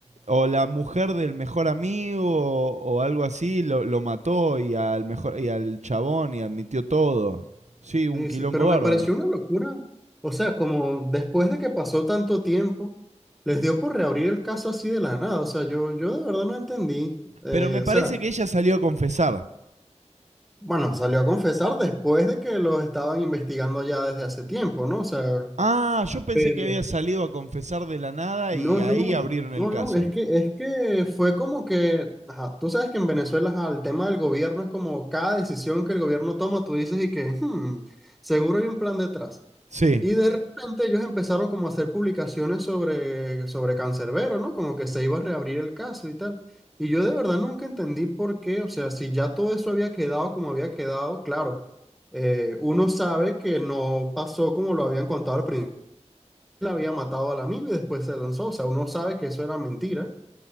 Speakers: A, on the right (about 75°); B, in the centre.
A: o la mujer del mejor amigo o, o algo así lo, lo mató y al mejor y al chabón y admitió todo. Sí, un
B: Sí,
A: quilombo
B: sí, pero
A: bárbaro.
B: me pareció una locura. O sea, como después de que pasó tanto tiempo, les dio por reabrir el caso así de la nada. O sea, yo, yo de verdad no entendí. Eh,
A: Pero me parece
B: o sea,
A: que ella salió a confesar.
B: bueno, salió a confesar después de que los estaban investigando ya desde hace tiempo, ¿no? O sea,
A: Ah, yo pensé
B: pero...
A: que había salido a confesar de la nada
B: No,
A: y
B: no,
A: ahí abrieron el
B: no,
A: caso.
B: no, es que, es que fue como que, ajá, tú sabes que en Venezuela ajá, el tema del gobierno es como cada decisión que el gobierno toma, tú dices y que, "Hmm, seguro hay un plan detrás.
A: Sí,
B: Y de repente ellos empezaron como a hacer publicaciones sobre, sobre Cancerbero, ¿no? Como que se iba a reabrir el caso y tal. Y yo de verdad nunca entendí por qué, o sea, si ya todo eso había quedado como había quedado, claro, eh, uno sabe que no pasó como lo habían contado al principio la había matado al amigo y después se lanzó. O sea, uno sabe que eso era mentira,